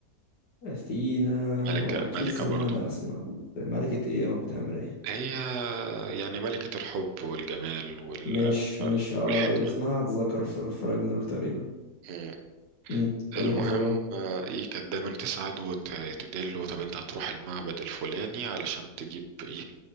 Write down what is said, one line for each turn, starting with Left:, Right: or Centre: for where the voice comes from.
Left: اثينا
Right: ملكة
Left: هو اكيد
Right: ملكة
Left: سمعنا
Right: برضه
Left: اسمع ملكة ايه او بتعمل ايه
Right: هي يعني ملكة الحب والجمال وال...
Left: مش مش اه
Right: والحكمة
Left: اسمها اتذكر في في راجناروك تقريبا
Right: مم.
Left: امم ايه
Right: المهم
Left: اللي حصل بقى
Right: آه، ايه كانت دايما تساعده وتدله طب انت هتروح المعبد الفلاني علشان تجيب ايه